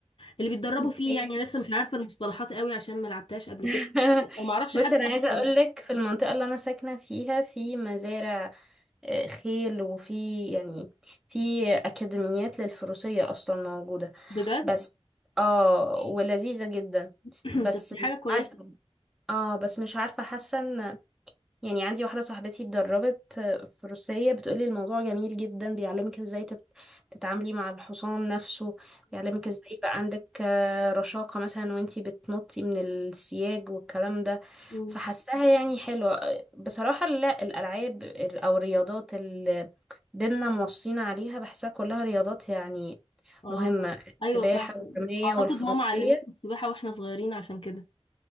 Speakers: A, on the left; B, in the centre.
A: اللي بيتدربوا
B: أوكي.
A: فيه يعني أنا لسه مش عارفة المصطلحات قوي عشان ما لعبتهاش قبل كده
B: <laughs>
A: وما اعرفش
B: بص
A: حد
B: انا
A: اصلا
B: عايزه اقول لك في المنطقه اللي انا ساكنه فيها في مزارع آه، خيل وفي يعني في اكاديميات للفروسيه اصلا موجوده
A: بجد
B: بس اه ولذيذه جدا
A: <clears throat>
B: بس
A: طب دي حاجة
B: مش
A: كويسة
B: عارفه اه بس مش عارفه حاسه ان يعني عندي واحدة صاحبتي اتدربت في روسية بتقولي الموضوع جميل جدا بيعلمك ازاي تت- تتعاملي مع الحصان نفسه بيعلمك ازاي يبقى عندك آه، رشاقة مثلا وانتي بتنطي من السياج والكلام ده
A: مم.
B: فحسها يعني حلوة بصراحة لا الألعاب ال- أو الرياضات اللي ديننا موصينا عليها بحسها كلها رياضات يعني
A: اه
B: مهمة
A: ايوه
B: السباحة
A: فعلا
B: والرماية
A: اعتقد
B: والفروسية
A: ماما علمتنا السباحه واحنا صغيرين عشان كده